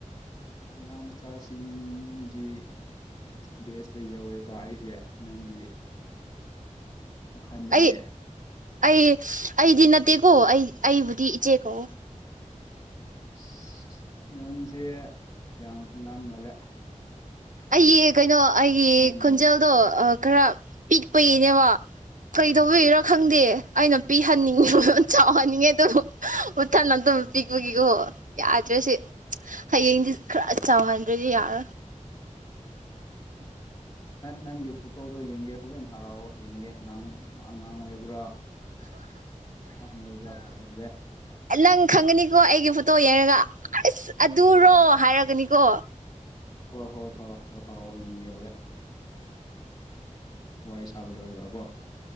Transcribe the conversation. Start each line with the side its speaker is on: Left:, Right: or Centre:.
Left: ꯑꯉꯥꯡ ꯃꯆꯥꯁꯤꯡꯒꯤ ꯕꯦꯁꯇ ꯌꯧꯋꯦꯕ ꯑꯩꯁꯦ ꯅꯪꯒꯤ ꯑꯣ ꯈꯥꯟꯗ
Right: ꯑꯩ
Left: ꯗꯦ
Right: ꯑꯩ ꯑꯩꯗꯤ ꯅꯠꯇꯦꯀꯣ ꯑꯩ ꯑꯩꯕꯨꯗꯤ ꯏꯆꯦꯀꯣ
Left: ꯑꯁ ꯅꯪꯁꯦ ꯌꯥꯝ ꯑꯉꯥꯡ ꯃꯥꯜꯂꯦ
Right: ꯑꯩꯒꯤ ꯀꯩꯅꯣ ꯑꯩꯒꯤ
Left: ꯅꯪꯒꯤ
Right: ꯈꯣꯟꯖꯦꯜꯗꯣ ꯈꯔ ꯄꯤꯛꯄꯒꯤꯅꯦꯕ ꯀꯩꯗꯧꯕꯤꯔꯣ ꯈꯪꯗꯦ ꯑꯩꯅ ꯄꯤꯍꯟꯅꯤꯡꯉꯤꯣꯟ ꯆꯥꯎꯍꯟꯅꯤꯡꯉꯦ ꯑꯗꯨ ꯃꯊꯟ ꯑꯇꯕ ꯄꯤꯛꯄꯒꯤꯀꯣꯣ ꯌꯥꯗ꯭ꯔꯁꯤ ꯍꯌꯦꯡꯗꯤ ꯈꯔ ꯆꯥꯎꯍꯟꯗ꯭ꯔꯗꯤ ꯌꯥꯔꯣ
Left: ꯅꯪꯒꯤ ꯐꯣꯇꯣꯗꯣ ꯌꯦꯡꯒꯦ ꯍꯣꯔꯦꯟ ꯊꯔꯛꯑꯣ ꯌꯦꯡꯒꯦ ꯅꯪ ꯑꯉꯥꯡ ꯑꯣꯏꯕ꯭ꯔꯥ <unintelligible>
Right: ꯅꯪ ꯈꯪꯒꯅꯤꯀꯣ ꯑꯩꯒꯤ ꯐꯣꯇꯣ ꯌꯦꯡꯉꯒ ꯑꯁ ꯑꯗꯨꯔꯣ ꯍꯥꯏꯔꯒꯅꯤꯀꯣ
Left: ꯍꯣꯏ ꯍꯣꯏ ꯊꯧꯔꯛꯑꯣ ꯊꯧꯔꯛꯑꯣ ꯌꯦꯡꯒꯦ ꯍꯣꯔꯦꯟ ꯋꯥꯔꯤ ꯁꯥꯕ ꯂꯣꯏꯔꯤꯕ ꯀꯣ